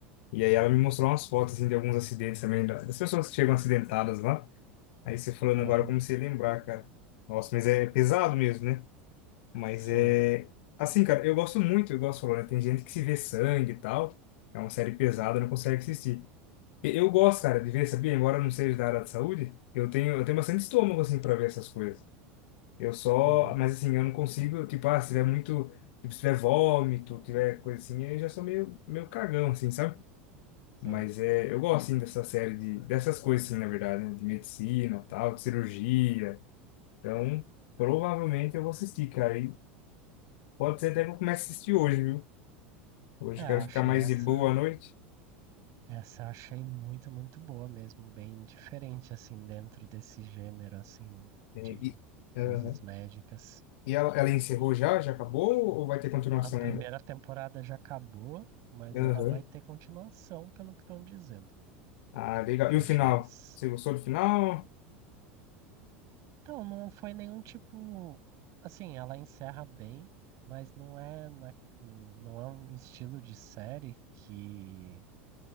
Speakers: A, on the left (about 65°); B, on the right (about 55°).
A: E aí ela me mostrou umas fotos, assim, de alguns acidentes também, da- das pessoas que chegam acidentadas lá. Aí você falando
B: Aham.
A: agora, eu comecei a lembrar, cara. Nossa, mas é pesado mesmo, né? Mas
B: Sim.
A: é. Assim, cara, eu gosto muito, eu gosto, né? Tem gente que se vê sangue e tal. É uma série pesada, não consegue assistir. E- Eu gosto, cara, de ver, sabia? Embora eu não seja da área de saúde, eu tenho, eu tenho bastante estômago, assim, pra ver essas coisas. Eu só.
B: Aham.
A: Mas, assim, eu não consigo, tipo, ah, se tiver muito. Tipo, se tiver vômito, tiver coisa assim, eu já sou meio, meio cagão, assim, sabe? Mas
B: Sim.
A: é. Eu gosto, assim, dessa série de. Dessas coisas, assim, na verdade, né? De medicina, tal, de cirurgia. Então, provavelmente eu vou assistir, cara. Pode ser até que eu comece a assistir hoje, viu? Hoje
B: É, eu
A: eu quero
B: achei
A: ficar mais
B: essa.
A: de boa à noite.
B: Essa eu achei muito, muito boa mesmo, bem diferente assim dentro desse gênero assim
A: E,
B: de
A: e,
B: coisas
A: aham.
B: médicas.
A: E ela, ela encerrou já? Já acabou? Ou vai ter continuação
B: A primeira
A: ainda?
B: temporada já acabou, mas
A: Aham.
B: ela vai ter continuação, pelo que estão dizendo.
A: Ah, legal.
B: E
A: E
B: eu
A: o final?
B: achei isso.
A: Você gostou do final?
B: Então, não foi nenhum tipo assim, ela encerra bem, mas não é na... não é um estilo de série que